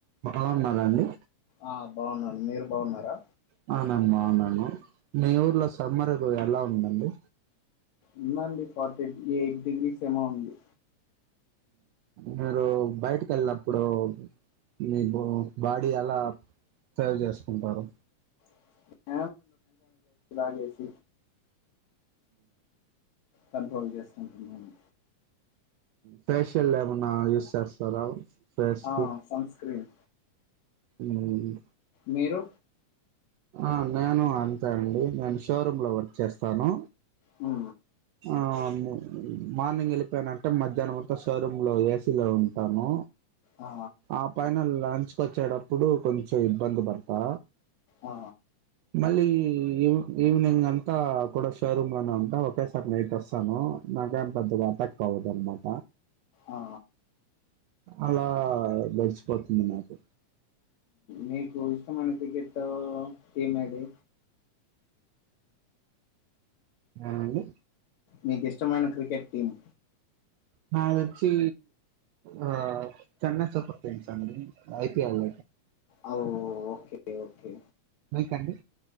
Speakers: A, on the right; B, on the left.
A: బాగుంన్నార అండి
B: ఆ బాగున్నాను మీరు బాగున్నారా
A: బాగున్నాను బాగున్నాను మీ ఊర్లో సమ్మరు గు ఎలా ఉందండి
B: ఉందండి ఫార్టీ ఎయిట్ డిగ్రీస్ ఏమో ఉంది
A: మీరు బైట్ కేలినప్పుడు మీ బో మ్ బాడీ అలా సేవ్ చేసుకుంటారు
B: <inaudible> బాగ్ చేసి కంట్రోల్ చేస్కుంటున్నాను
A: ఫేషల్ ఎవన్నా యూస్ సేస్తారా ఫేస్కి
B: ఆ సన్ స్క్రీన్
A: మ్మ్
B: మీరు
A: ఆ నేను అంతే అండి నేను షోరూమ్లో వర్క్ చేస్తాను
B: మ్
A: ఆవ్ను మార్నింగేళ్ళిపోయానంటే మధ్యాహ్నం అంతా షోరూమ్లో ఏసీలో ఉంటాను
B: ఆ
A: ఆ పైన లంచ్కోచ్చేటప్పుడు కొంచెం ఇబ్బంది పడుతా
B: ఆ
A: మళ్ళీ ఈవ్ ఈవనింగ్ అంతా కూడా షోరూమ్లోనే ఉంటా ఒకే స నైట్ వస్తాను నాకే పెద్ద ఏఫెక్ట్ అవ్వదన్నమాట
B: ఆ
A: అలా గడిచ్పోతుంది నాకు
B: మీకు ఇష్టమైన క్రికెటు ఎమది
A: ఆ అండి
B: మీకీష్టమైన క్రికెట్ టీమ్
A: నా దోచ్చీ ఆ చెన్నై సూపర్ టీమ్స్ అండి ఐపిల్
B: అవ్ ఓకే ఓకే
A: మీకండి